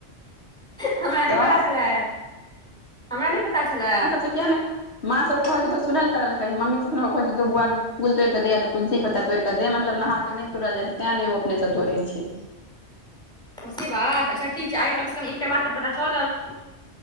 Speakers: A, in the centre; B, on the left.
A: हमरा नहि
B: तऽ
A: पता छलै हमरा नहि पता छलै।
B: तऽ किया नहि माँ सब कहै छै सुनल करल करही मम्मी कखनो कहैत हेतौ बौआ गयी तुलसी पत्ता तोड़ कऽ दे मतलब नहा नहि तोड़ल जाइ छै तें ने ओ अपने से तोड़ै छै।
A: ओ से बात अच्छा ठीक छै आइ कम से कम इकटा बात तऽ पता चलल।